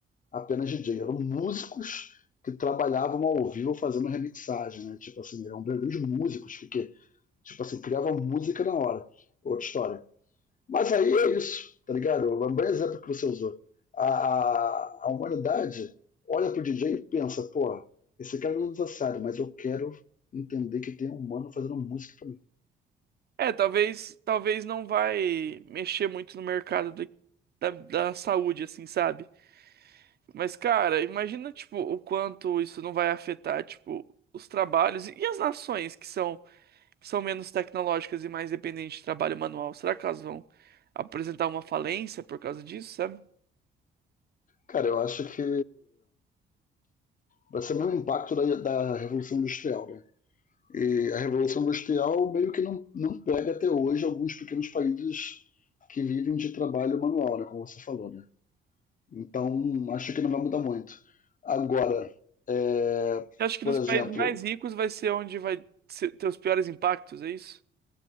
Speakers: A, on the left (about 40°); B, on the right (about 55°).
A: apenas DJ, eram músicos que trabalhavam ao vivo fazendo remixagem, né? Tipo assim, eram grandes músicos que, que, tipo assim, criavam música na hora. Outra história. Mas aí é isso, tá ligado? O bom exemplo que você usou. A, a, a humanidade olha pro DJ e pensa, pô, esse cara não é necessário, mas eu quero entender que tem um humano fazendo música pra mim.
B: É, talvez, talvez não vai mexer muito no mercado do- da, da saúde, assim, sabe? Mas, cara, imagina, tipo, o quanto isso não vai afetar, tipo, os trabalhos e e as nações que são, que são menos tecnológicas e mais dependentes de trabalho manual. Será que elas vão apresentar uma falência por causa disso, sabe?
A: Cara, eu acho que vai ser o mesmo impacto da, da Revolução Industrial, né? E a Revolução Industrial meio que não, não pega até hoje alguns pequenos países que vivem de trabalho manual, né, como você falou, né? Então, acho que não vai mudar muito. Agora, é,
B: Eu acho que
A: por
B: nos
A: exemplo,
B: países mais ricos vai ser onde vai ser- ter os piores impactos, é isso?